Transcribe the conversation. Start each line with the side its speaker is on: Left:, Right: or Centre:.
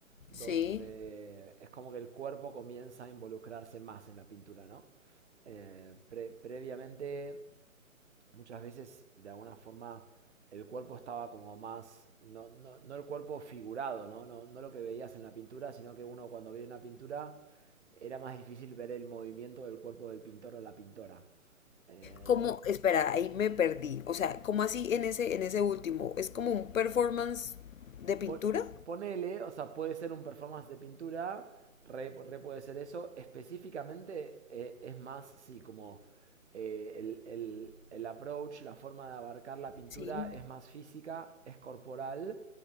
Right: donde
Left: Sí.
Right: es como que el cuerpo comienza a involucrarse más en la pintura, ¿no? Eh, pre- previamente, muchas veces, de alguna forma, el cuerpo estaba como más, no, no- no el cuerpo figurado, ¿no? No, no lo que veías en la pintura, sino que uno cuando veía una pintura era más difícil ver el movimiento del cuerpo del pintor o la pintora. Eh,
Left: ¿Cómo?
Right: lo-
Left: Espera, ahí me perdí. O sea, ¿cómo así en ese, en ese último? ¿Es como un performance de pintura?
Right: Po- ponele, o sea, puede ser un performance de pintura, re, re puede ser eso. Específicamente eh, es más, sí, como eh, el, el- el approach, la forma de abarcar la pintura
Left: Sí.
Right: es más física, es corporal